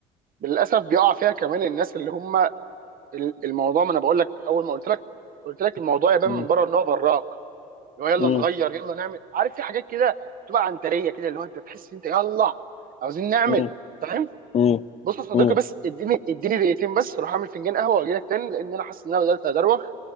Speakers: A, on the right; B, on the left.
A: للاسف بيقع فيها كمان الناس اللي هم ال- الموضوع ما انا بقول لك اول ما قلت لك قلت لك الموضوع يبان
B: م-
A: من بره ان هو براك اللي هو يلا
B: م-
A: نغير يلا نعمل عارف في حاجات كده بتبقى عنتريه كده اللي هو انت تحس إن انت يلا عاوزين نعمل
B: م-
A: فاهم
B: م-
A: بص يا صديقي
B: م.
A: بس اديني اديني دقيقتين بس اروح اعمل فنجان قهوه واجي لك تاني لان انا حاسس ان انا بدات ادروخ